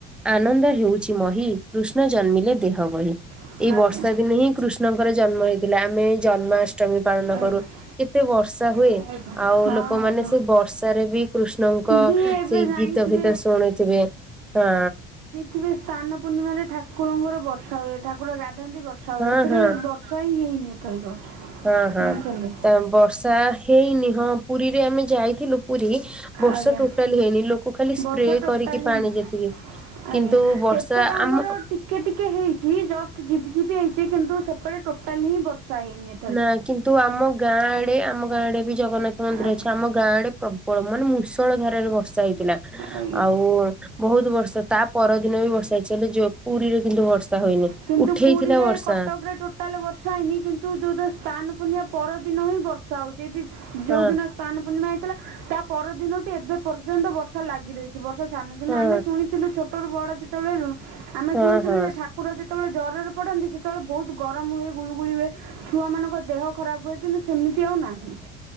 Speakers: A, in the centre; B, on the right.
A: ଆନନ୍ଦ ହେଉଚି ମହି କୃଷ୍ଣ ଜନ୍ମିଲେ ଦେହ ବହି।
B: ଆଜ୍ଞା
A: ଏଇ ବର୍ଷାଦିନେ ହିଁ କୃ ଷ୍ଣଙ୍କର ଜନ୍ମ ହେଇଥିଲା। ଆମେ ଜନ୍ମାଷ୍ଟମୀ ପାଳନ
B: ଆଜ୍ଞା
A: କରୁ। କେତେ ବର୍ଷ ସା ହୁଏ
B: ହଁ
A: ଆଉ ଲୋକମାନେ ସେ
B: ହଁ
A: ବର୍ଷାରେ ବି କୃଷ୍ଣଙ୍କ
B: ଯିଏ ଏବେ
A: ସେଇ
B: ଜାଣିଥିବେ
A: ଗୀତ ଫିତ ଶୁଣିୁଥିବେ ହଁ।
B: ଥିବେ ସ୍ନାନପୂର୍ଣ୍ଣିମାରେ ଠାକୁରଙ୍କର ବର୍ଷା ହୁଏ ଠାକୁର ଗା ସେନ୍ତି ବର୍ଷା
A: ହଁ
B: ହୁଏ ଏଥରି
A: ହଁ।
B: ବର୍ଷା ହିଁ ହେଇନି ଏଥରିକ
A: ହଁ ହଁ।
B: ଜାଣିଛନ୍ତି।
A: ତ ବର୍ଷା ହେଇନି ହଁ ପୁରୀରେ ଆମେ ଯାଇଥିଲୁ ପୁରୀ ବର୍ଷା
B: ଆଜ୍ଞା
A: ଟୋଟାଲି ହେଇନି। ଲୋକ ଖାଲି ସ୍ପ୍ରେ
B: ବର୍ଷା ଟୋଟାଲି
A: କରିକି ପାଣି
B: ନାହିଁ
A: ଯେତିକି କିନ୍ତୁ
B: ଆଜ୍ଞା।
A: ବର୍ଷା
B: ଏପେଟେ ଆମର
A: ଆମ
B: ଟିକେ ଟିକେ ହେଇଚି, ଜଷ୍ଟ ଝିପ୍ ଝିପ୍ ହେଇଚି। କିନ୍ତୁ ସେପଟେ ଟୋଟାଲ ହିଁ ବର୍ଷା ହେଇନି ଏ
A: ନା କିନ୍ତୁ ଆମ ଗାଁ ଆଡେ, ଆମ ଗାଁ ଆଡେ ବି ଜଗନ୍ନାଥ ମନ୍ଦିର
B: ଆଜ୍ଞା
A: ଅଛି। ଆମ ଗାଁ ଆଡେ ପ୍ରବଳ ମାନେ ମୂଷଳଧାରାରେ ବର୍ଷା ହେଇଥିଲା।
B: ଆଜ୍ଞା
A: ଆଉ ବହୁତ ବର୍ଷା ତା ପରଦିନ ବି ବର୍ଷା ହେଇଚି, ହେଲେ ଯୋ ପୁରୀରେ କିନ୍ତୁ ବର୍ଷା ହୋଇନି।
B: କିନ୍ତୁ
A: ଉଠେଇଥିଲା
B: ପୁରୀରେ,
A: ବର୍ଷା
B: କଟକରେ ଟୋ ତାହେଲେ ବର୍ଷା ହେଇନି କିନ୍ତୁ ଯୋଉଦିନ ସ୍ନାନପୂର୍ଣ୍ଣିମା ପରଦିନ ହିଁ ବର୍ଷା ହଉଚି। ଏଠି
A: ହଁ
B: ଯୋଉଦିନ ସ୍ନାନ ପୂର୍ଣ୍ଣିମା ହେଇଥିଲା, ତା ପରଦିନଠୁ ଏବେ ପର୍ଯ୍ୟନ୍ତ ବର୍ଷା ଲାଗି ରହିଚ ଚି ବର୍ଷା ଛାଡୁନି। କିନ୍ତୁ
A: ହଁ
B: ଆମେ ଶୁଣିଥିଲୁ ଛୋଟରୁ ବଡ ଯେତେବଳେ ହେଲୁ, ଆମେ
A: ହଁ
B: ଶୁଣିଥିଲୁ
A: ହଁ।
B: ଯେ ଠା କୁର ପୁରା ଯେତେବେଳେ ଜ୍ୱରରେ ପଡନ୍ତି, ସେତବଳେ ବହୁତ ଗରମ ହୁଏ, ଗୁଳୁଗୁଳି ହୁଏ ଛୁଆମାନଙ୍କ ଦେହ ଖରାପ ହୁଏ, କିନ୍ତୁ ସେମିତି ଆଉ ନାହିଁ।